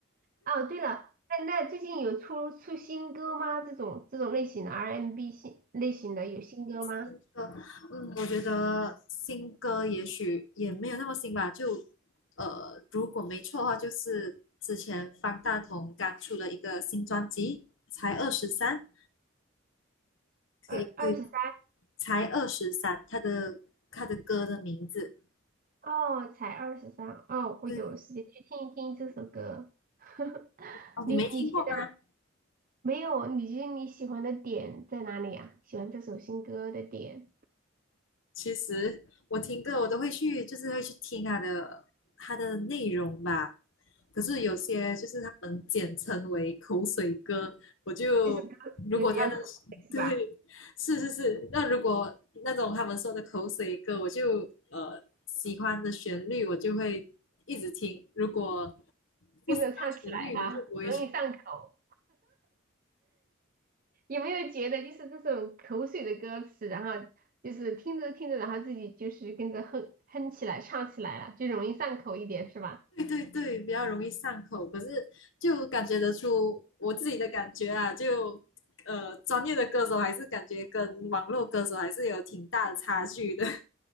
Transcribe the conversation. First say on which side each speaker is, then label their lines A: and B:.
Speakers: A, on the right; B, on the left.
A: 哦，对了，那那最近有出出新歌吗？这种这种类型的 R&B 新类型的有新歌吗？
B: 新歌，嗯，我觉得新歌也许也没有那么新吧，就呃，如果没错的话，就是之前方大同刚出了一个新专辑，才二十三，
A: 二二十三
B: 可以对，才二十三，他的他的歌的名字，
A: 哦，才二十三哦，我有时间去听一听这首歌。
B: 对
A: <laughs>
B: 哦，你没听过吗？
A: 你你觉得没有？你觉得你喜欢的点在哪里啊？喜欢这首新歌的点，
B: 其实我听歌我都会去，就是会去听它的它的内容吧。可是有些就是他们简称为口水歌，我就如果他的
A: 就是歌词比较口味是吧？
B: 对，是是是，那如果那种他们说的口水歌，我就呃喜欢的旋律，我就会一直听；如果不喜欢旋律，
A: 跟着唱起来哈，
B: 我就不会去
A: 容易上口。有没有觉得就是这种口水的歌词，然后就是听着听着，然后自己就是跟着哼哼起来、唱起来了，就容易上口一点，是吧？
B: 对对对，比较容易上口，可是就感觉得出我自己的感觉啊，就呃，专业的歌手还是感觉跟网络歌手还是有挺大的差距的。